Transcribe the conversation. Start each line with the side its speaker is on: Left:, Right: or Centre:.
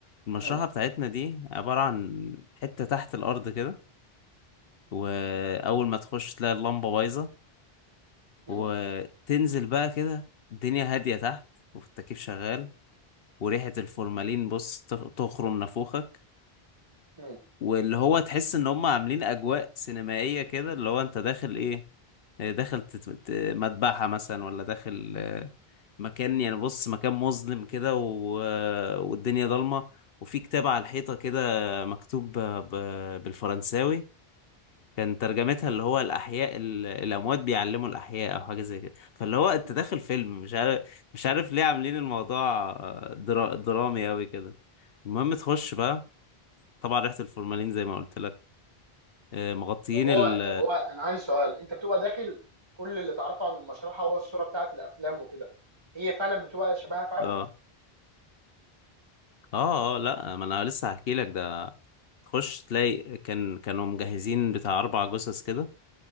Left: المشرحة
Right: مم.
Left: بتاعتنا دي عبارة عن حتة تحت الأرض كده وأول ما تخش تلاقي اللمبة بايظة
Right: مم.
Left: وتنزل بقى كده الدنيا هادية تحت والتكييف شغال وريحة الفورمالين بص تخ- تخرم نافوخك
Right: مم.
Left: واللي هو تحس ان هم عاملين اجواء سينمائية كده اللي هو انت داخل ايه آه، داخل تت- ت- مذبحة مثلا ولا داخل آه، مكان يعني بص مكان مظلم كده و... والدنيا ضلمة وفي كتاب على الحيطة كده مكتوب ب... ب- بالفرنساوي كان ترجمتها اللي هو الأحياء ال- الأموات بيعلموا الأحياء أو حاجة زي كده فاللي هو أنت
Right: مم.
Left: داخل فيلم مش عارف مش عارف ليه عاملين الموضوع آه، درا... درامي أوي كده المهم تخش بقى طبعا ريحة الفورمالين زي ما قلت لك آه، مغطيين
Right: طب هو
Left: ال
Right: طب هو انا عندي سؤال انت بتبقى داخل كل اللي تعرفه عن المشرحه هو الصوره بتاعت الافلام وكده هي فعلا بتبقى شبهها فعلا
Left: اه اه اه لا ما انا لسه هحكي لك ده تخش تلاقي كان كانوا مجهزين بتاع اربع جثث كده